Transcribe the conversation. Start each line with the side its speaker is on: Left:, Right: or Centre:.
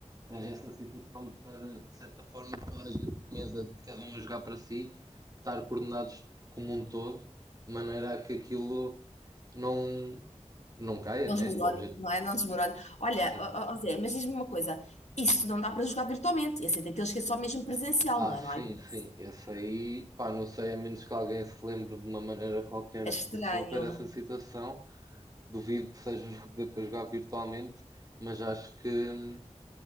Right: tens essa situação de estar, de certa forma, toda a gente na mesa, de cada um a jogar para si, estar coordenados como um todo, de maneira a que aquilo não, não caia,
Left: não
Right: né?
Left: desmorono,
Right: O objeto.
Left: não é? Não desmorono. Olha,
Right: Sim.
Left: ó, ó, ó Zé, mas diz-me uma coisa: isso não dá para jogar virtualmente. Esse é daqueles que é só mesmo presencial,
Right: Ah,
Left: não é?
Right: sim,
Left: Não há hipótese.
Right: sim. Esse aí, pá, não sei, a menos que alguém se lembre de uma maneira qualquer
Left: É estranho.
Right: de resolver essa situação, duvido que seja <laughs> um jogo que dê para jogar virtualmente, mas acho que. hum,